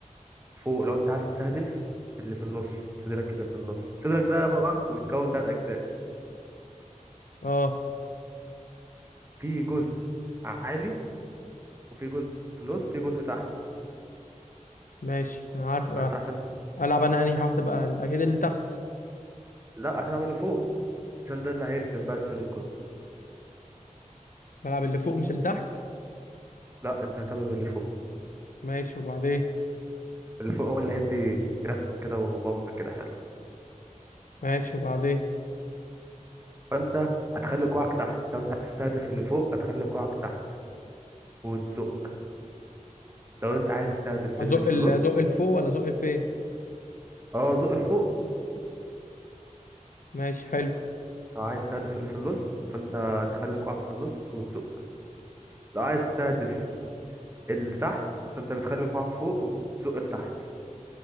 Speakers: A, on the right (about 20°); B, on the left (about 80°).
A: فوق لو انت عايز تستهدف اللي في النص صدرك اللي في النص صدرك ده بقى متكون تلات أجزاء
B: اه
A: في جزء عالي وفي جزء في النص في جزء تحت
B: ماشي انا عارف آه،
A: فانت عشان
B: العب انا انهي واحده بقى اكيد اللي تحت
A: لا هتلعب اللي فوق عشان ده اللي هيرسم بقى الصدر كله
B: بلعب اللي فوق مش اللي تحت
A: لا انت هتعمل اللي فوق
B: ماشي وبعدين
A: اللي فوق هو اللي هيدي رسمة كده وبامب كده حلو.
B: ماشي وبعدين
A: فانت هتخلي كوعك تحت لو انت عايز تستهدف اللي فوق هتخلي كوعك تحت وتزق لو انت عايز تستهدف
B: ازق
A: اللي في
B: ال-
A: النص
B: ازق لفوق ولا ازق لفين
A: اه زق لفوق
B: ماشي حلو
A: لو عايز تستهدف اللي في النص فانت تخلي كوعك في النص وتزق لو عايز تستهدف اللي تحت فانت بتخلي كوعك فوق وبتزق لتحت